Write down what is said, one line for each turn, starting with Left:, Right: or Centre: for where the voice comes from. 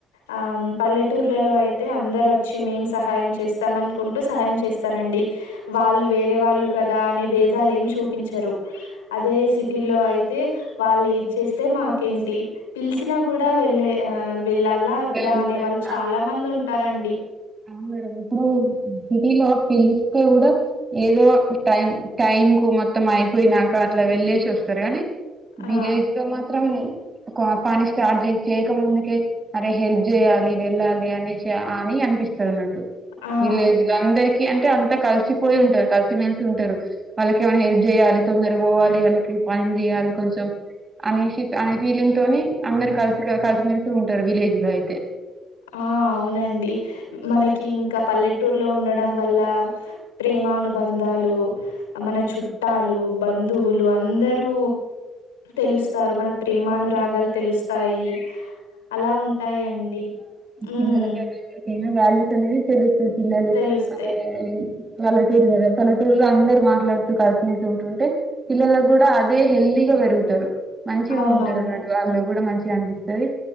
Left: ఆ మ్ పల్లెటూరు లో పల్లెటూళ్ళల్లో అయితే అందరు వచ్చి మేం సహాయం చేస్తాం అనుకుంటూ సహాయం చేస్తారండి వాళ్ళు వేరే వాళ్ళు కదా అనే బేధాలు ఏం చూపించరు అదే సిటీలో అయితే వాళ్ళు ఏది చేస్తే మాకేంటి పిలిసినా కూడా వెళ్ళే ఆ వెళ్లాలా వద్దా
Right: వెళ్లరు
Left: అనే వాళ్ళు చాలా మంది ఉంటారండి
Right: ఔను మేడం ఇప్పుడు సిటీ లో పిలుస్తే కూడా ఏదో టైం టైం కు మొత్తం అయిపోయినాక అట్లా వెళ్ళేసి వస్తారు గాని
Left: ఆ
Right: విలేజ్ లో మాత్రం పని స్టార్ట్ చే చేయక ముందుకే అరే హెల్ప్ చేయాలి వెళ్ళాలి అనేసి అని అనిపిస్తుంది అనిపిస్తదన్నట్టు
Left: ఆ
Right: విలేజ్ లో అందరికి అంటే అంతా కలిసిపోయి ఉంటారు కలిసిమెలిసి ఉంటారు వాళ్ళకి ఏమైనా హెల్ప్ చేయాలి తొందర పోవాలి వాళ్ళకి పని చేయాలి కొంచెం అనేశి అనే ఫీలింగ్ తోని అందరు కలిసి కలిసిమెలిసి ఉంటారు విలేజ్ లో అయితే
Left: ఆ అవునండి మనకి ఇంకా పల్లెటూరులో ఉండడం వల్ల ప్రేమానుబంధాలు మన చుట్టాలు బంధువులు అందరూ తెలుస్తారు మనకు ప్రేమానురాగాలు తెలుస్తాయి అలా ఉంటాయండి ఉమ్
Right: పిల్లలకైనా ఇక్కడికైనా వాల్యూస్ అనేది తెలుస్తుంది పిల్లలు
Left: తెలుస్తాయి
Right: అదే పల్లెటూరు కదా పల్లెటూరులో అందరు మాట్లాడుతూ కలిసిమెలిసి ఉంటుంటే పిల్లలకు కూడా అదే హెల్దీగా పెరుగుతారు మంచిగా
Left: అవునవును
Right: ఉంటారు అన్నట్టు వాళ్ళు కూడా మంచిగా అనిపిస్తుంది